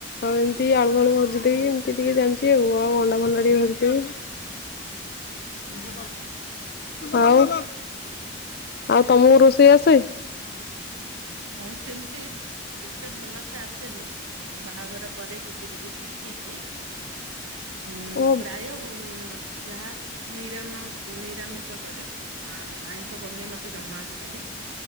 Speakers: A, on the left; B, on the right.
A: ଆଉ ଏମ୍ତି ଆଳୁ ଫାଳୁ ଭଜି ଦେଇକି ଏମ୍ତି ଟିକେ ଜାଣିଚି ଆଉ, ଆଉ ଅଣ୍ଡା ଫଣ୍ଡା ଟିକେ <unintelligible> କେ ଚ
B: ହୁଁ ହୁଁ
A: କର ଆଉ, ଆଉ ତମୁକୁ ରୋଷେଇ ଆସେ?
B: ହଁ ସେମ୍ତି। ଏତେ ଭଲସେ ଆସେନି, ବାହାଘର ପରେ ଟିକେ-ଟିକେ ଶିଖିଚି। ହଁ
A: ଓ
B: ପ୍ରାୟ ଯାହା ନିରାମ ନିରାମିଷ କରେ। ଆଉ ଆଇଁଷ ବନେଇ ମତେ ଜମା ଆସେନି,